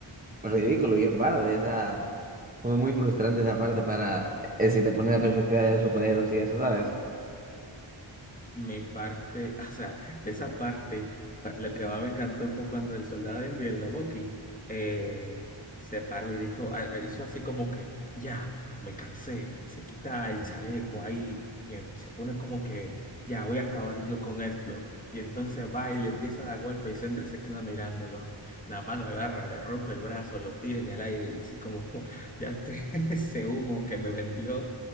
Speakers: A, on the right (about 20°); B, on the left (about 15°).
A: ridículo y en parte, o sea, fue muy frustrante esa parte para, eh, si te pones la perspectiva de los superhéroes y eso, ¿sabes?
B: Me parte, <laughs> o sea, de esa parte, cua- lo que más me encantó fue cuando el soldado de invierno, Bucky, eh, se paró y dijo, a- a- hizo así como que, ya, me cansé, se quita el chaleco ahí y em- se pone como que, ya, voy a acabar yo con esto. Y entonces va y le empieza a dar golpe y Sentry se queda mirándolo. <laughs> Nada más lo agarra, le rompe el brazo, lo tira en el aire y dice como, <laughs> ya entre <laughs> ese humo que me vendió.